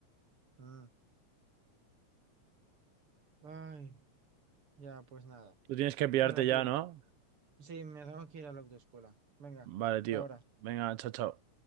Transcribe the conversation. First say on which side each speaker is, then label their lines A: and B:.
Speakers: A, on the right; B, on the right.
A: Mm. Ay, ya, pues nada.
B: Tú tienes que pillarte
A: Bueno,
B: ya,
A: tío.
B: ¿no?
A: Sí, me tengo que ir a la autoescuela. Venga,
B: Vale, tío.
A: hasta ahora.
B: Venga, chao, chao.